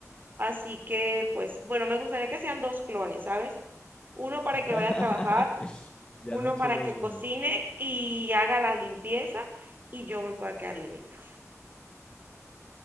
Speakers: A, on the right; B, on the left.
A: así que pues, bueno, me gustaría que sean dos clones, ¿sabes? Uno para
B: <laughs>
A: que vaya a trabajar,
B: Ya
A: uno
B: no es
A: para
B: solo
A: que cocine
B: uno.
A: y haga la limpieza y yo me pueda quedar leyendo. <laughs>